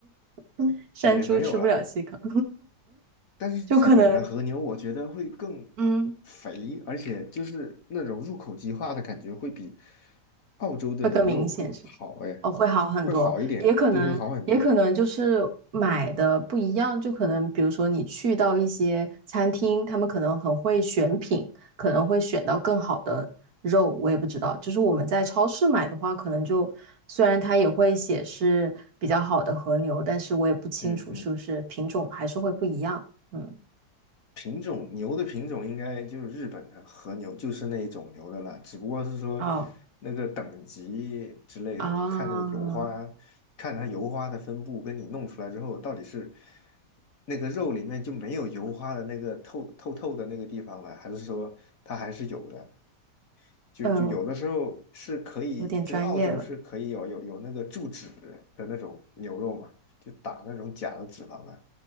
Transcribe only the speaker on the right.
<laughs> 山猪吃不了细糠。
就可能
嗯，
会更明显，是不是？
哦，会好很多，
也可能，
也可能就是买的不一样，就可能比如说你去到一些餐厅，他们可能很会选品，可能会选到更好的肉，我也不知道。就是我们在超市买的话，可能就虽然它也会写是比较好的和牛，但是我也不清楚是不是品种还是会不一样。
嗯，
哦
啊，
嗯，有点专业了。